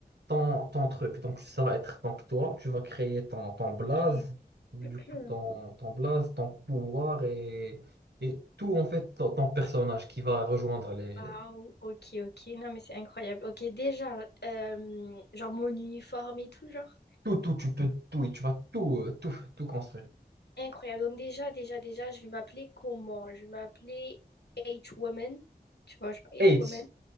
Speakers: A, on the right; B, on the left.
A: ton, ton truc. Donc, ça va être donc toi, tu vas créer ton, ton blaze,
B: Ok.
A: du
B: <clears throat>
A: coup, ton, ton blaze, ton pouvoir et, et tout, en fait, ton, ton personnage qui va rejoindre les.
B: Waouh, ok, ok. Non, mais c'est incroyable. Ok, déjà, euh, genre mon uniforme et tout, genre,
A: Tout, tout, tu peux tout, et tu vas tout, euh, tout, tout construire.
B: incroyable. Donc, déjà, déjà, déjà, je vais m'appeler comment? Je vais m'appeler H-Woman. Tu vois, genre H-Woman.
A: H,